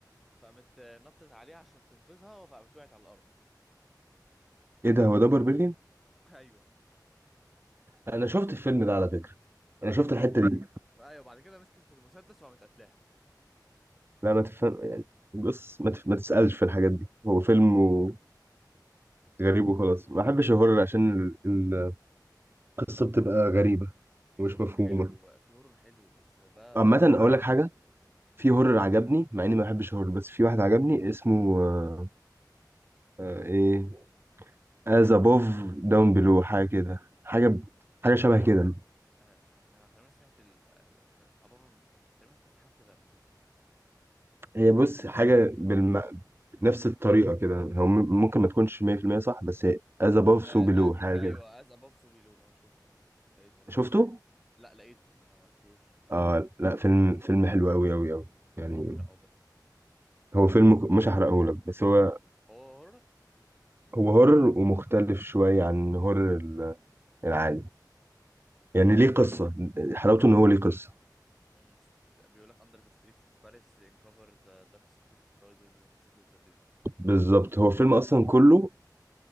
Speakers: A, in the centre; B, on the right (about 30°).
A: فقامت آه، نطت عليها عشان تنقذها فقامت وقعت على الأرض
B: ايه ده هو ده بربلين؟
A: <laughs> ايوه
B: انا شفت الفيلم ده على فكرة
A: بعد
B: انا شفت
A: كده
B: الحتة دي
A: ايوه بعد كده مسكت المسدس وقامت قتلاها
B: لا ما تفهم يعني بص ما, تف... ما تسألش في الحاجات دي هو فيلم و... غريب وخلاص ما احبش الهورر عشان ال- ال- القصة بتبقى غريبة
A: في
B: ومش
A: هورر
B: مفهومة
A: حلو في هورر حلو بس ده هورر
B: عامة أقول لك
A: سيء
B: حاجة في
A: امم
B: هورر عجبني مع إني ما بحبش هورر بس في واحد عجبني اسمه آه، آه، إيه As above down below حاجة كده حاجة
A: انا
B: حاجة
A: تقريبا
B: شبه كده
A: آه، انا تقريبا سمعت ال- آه، حاجه ابوف تقريبا سمعت حاجه كده قبل كده
B: هي بص حاجة بالم... بنفس الطريقة كده هو م- ممكن ما تكونش 100% صح بس هي As above
A: آه،
B: so below
A: آه،
B: حاجة
A: ايوه
B: كده
A: از ابوف سو بيلو انا شفته آه، لقيته آه.
B: شفته؟
A: لا لقيته انا ما شفتوش
B: آه لا فيلم فيلم حلو أوي أوي أوي يعني
A: هو اتحرقه بس
B: هو فيلم ك- مش هحرقهولك بس هو
A: هو هورر
B: هو هورر ومختلف شوية عن هورر ال- العادي يعني ليه قصة حلاوته إن هو ليه قصة
A: امم بيقول لك under the streets of Paris uncover the dark secret that lies within the city of the dead
B: بالظبط هو الفيلم اصلا كله